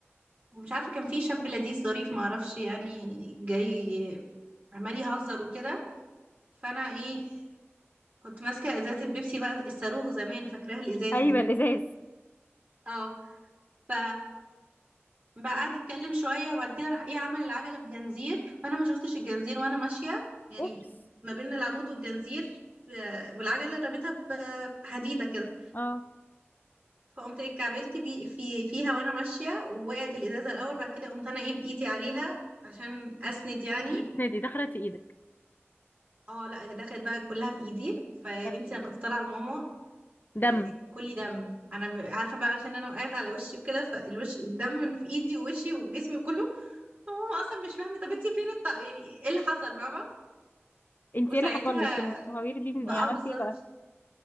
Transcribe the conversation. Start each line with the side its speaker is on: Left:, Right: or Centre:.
Right: ومش عارفة كان في شاب لذيذ ظريف معرفش يعني جاي عمال يهزر وكده فانا ايه كنت ماسكه ازازه بيبسي بقى الصاروخ زمان فاكراها الازاز
Left: ايوه
Right: دي
Left: الازاز
Right: اه ف بقى قعد يتكلم شويه وبعد كده راح ايه عمل العجله بجنزير فانا ما شفتش الجنزير وانا ماشيه يعني
Left: اوبس
Right: ما بين العمود والجنزير آه، والعجله رابطها بحديده كده
Left: اه
Right: فقمت ايه اتكعبلت بي في فيها وانا ماشيه ووقعت الازازه الاول بعد كده قمت انا ايه بايدي عليها عشان اسند يعني
Left: <laughs> دي دخلت في ايدك
Right: اه لا دخلت بقى كلها في ايدي فيا
Left: <laughs>
Right: بنتي انا كنت طالعه لماما
Left: دم
Right: إيه، كلي دم انا ب- عارفه بقى عشان انا وقعت على وشي وكده فالوش الدم من في ايدي ووشي وجسمي كله فماما اصلا مش فاهمه طب انتي فين الط... يعني ايه اللي حصل فاهمه
Left: انت
Right: وساعتها
Left: ايه اللي حصل لك التهوير دي من
Right: بقى
Left: ايه عملتي
Right: آه، بالظبط
Left: ايه بقى